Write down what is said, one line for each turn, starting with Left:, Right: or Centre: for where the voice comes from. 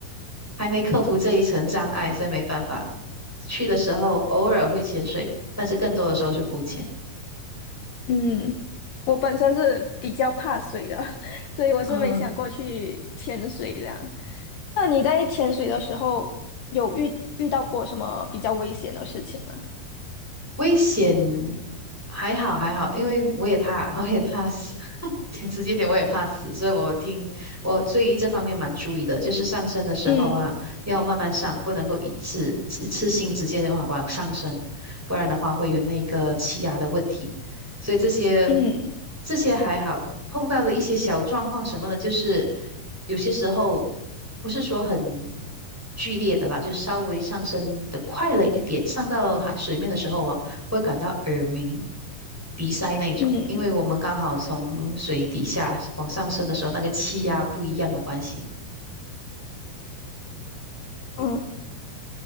Centre: 还没克服这一层障碍，所以没办法。去的时候偶尔会潜水，但是更多的时候是浮潜。
Left: 嗯，我本身是比较怕水的，<laughs> 所以我是没想过去潜水这样。
Centre: 啊。
Left: 那你在潜水的时候有遇遇到过什么比较危险的事情吗？
Centre: 危险还好还好，因为我也怕，我也怕死。<laughs> 讲直接点，我也怕死，所以我听我对于这方面蛮注意的，就是上升的时候啊，
Left: 嗯
Centre: 要慢慢上，不能够一次一次性直接往往上升，不然的话会有那个气压的问题。所以这些
Left: 嗯
Centre: 这些还好，碰到的一些小状况什么的，就是有些时候不是说很剧烈的啦，就稍微上升的快了一点，上到海水面的时候哦。会感到耳鸣、鼻塞那种，
Left: 嗯
Centre: 因为我们刚好从水底下往上升的时候，那个气压不一样的关系。
Left: 嗯，